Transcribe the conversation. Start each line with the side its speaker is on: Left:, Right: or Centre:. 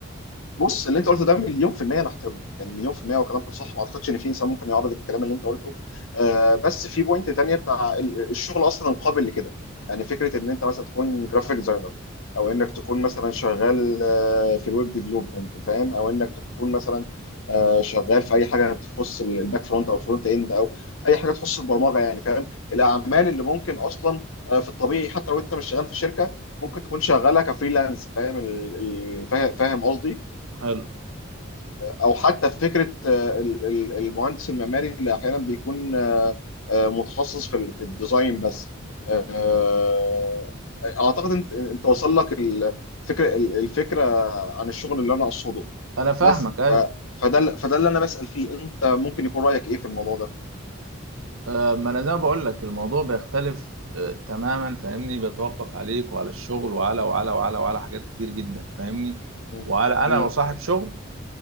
Left: بص اللي انت قلته ده مليون في المية انا احترمه يعني مليون في المية وكلام صح ما اعتقدش ان في انسان ممكن يعارض الكلام اللي انت قلته آه بس في بوينت تانية بتاع ال- الشغل اصلا قابل لكده يعني فكرة ان انت مثلا تكون جرافيك ديزاينر او انك تكون مثلا شغال آه، في الويب ديفلوبمنت فاهم او انك تكون مثلا آه، شغال في اي حاجة تخص ال- الباك فرونت او الفرونت اند او اي حاجة تخص البرمجة يعني فاهم الاعمال اللي ممكن اصلا آه، في الطبيعي حتى لو انت مش شغال في شركة ممكن تكون شغالة كفريلانس فاهم ال- ال- فاهم فاهم قصدي
Right: حلو
Left: او حتى فكره آه، ال- ال- المهندس المعماري اللي احيانا بيكون آه، آه، متخصص في ال- في الديزاين بس آه، اعتقد انت انت وصل لك الفكره الفكره عن الشغل اللي انا اقصده
Right: انا فاهمك
Left: بس
Right: ايوه
Left: ف فده ال- فده اللي انا بسأل فيه انت ممكن يكون رأيك ايه في الموضوع ده
Right: آه، ما انا زي ما بقول لك الموضوع بيختلف آه، تماما فاهمني بيتوقف عليك وعلى الشغل وعلى وعلى وعلى وعلى حاجات كتير جدا فاهمني
Left: م-
Right: وعلى انا
Left: م-
Right: لو صاحب شغل